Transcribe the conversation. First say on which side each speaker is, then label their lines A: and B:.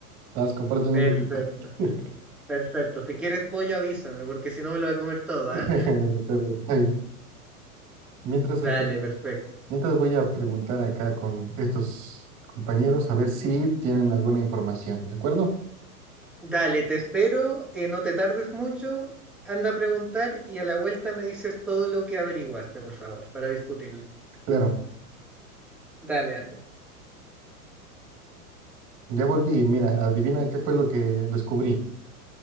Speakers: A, on the right; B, in the centre.
A: Vas, compárteme
B: Perfecto,
A: un poquito. <laughs>
B: perfecto. Si quieres pollo avísame porque si no me lo voy a comer todo,
A: De
B: ¿ah?
A: acuerdo, está bien. Mientras
B: Dale,
A: aquí-
B: perfecto.
A: mientras voy a preguntar acá con estos compañeros a ver si tienen alguna información, ¿de acuerdo?
B: Dale, te espero, eh, no te tardes mucho, anda a preguntar y a la vuelta me dices todo lo que averiguaste, por favor, para discutirlo.
A: Claro,
B: Dale, anda.
A: ya volví. Mira, adivina qué fue lo que descubrí.